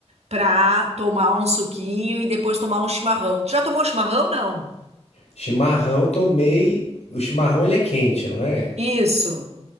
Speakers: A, on the right (about 80°); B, on the left (about 80°).
A: pra tomar um suquinho e depois tomar um chimarrão. Tu já tomou chimarrão, não?
B: chimarrão tomei. O chimarrão ele é quente, não é?
A: Isso,